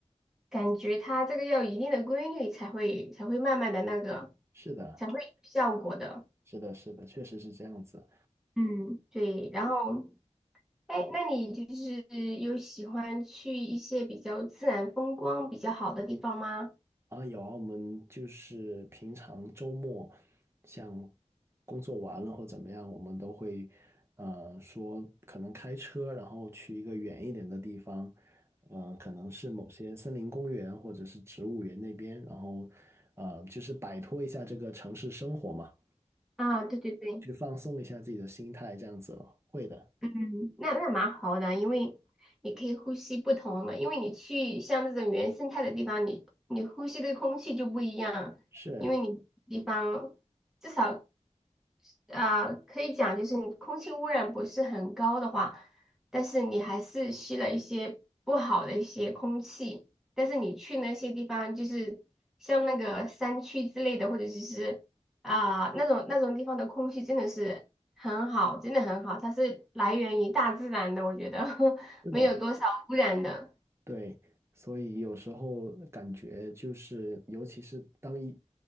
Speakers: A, in the centre; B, on the right.
A: 感觉它这个要有一定的规律，才会才会慢慢的那个，
B: 是的，
A: 才会有效果的。
B: 是的，是的，确实是这样子。
A: 嗯，对。然后，哎，那你就是有喜欢去一些比较自然风光比较好的地方吗？
B: 啊，有啊，我们就是平常周末，像工作完了或怎么样，我们都会，呃，说可能开车，然后去一个远一点的地方，呃，可能是某些森林公园或者是植物园那边，然后，呃，就是摆脱一下这个城市生活嘛，
A: 啊，对对对，
B: 去放松一下自己的心态，这样子了。会的，
A: 嗯，那那蛮好的，因为你可以呼吸不同的，因为你去像这种原生态的地方，你你呼吸的空气就不一样，
B: 是
A: 因为你地方至少。啊，可以讲就是你空气污染不是很高的话，但是你还是吸了一些不好的一些空气，但是你去那些地方，就是像那个山区之类的，或者就是啊、那种那种地方的空气真的是很好，真的很好，它是来源于大自然的，我觉得 <laughs>
B: 是的，
A: 没有多少污染的。
B: 对，所以有时候感觉就是，尤其是当一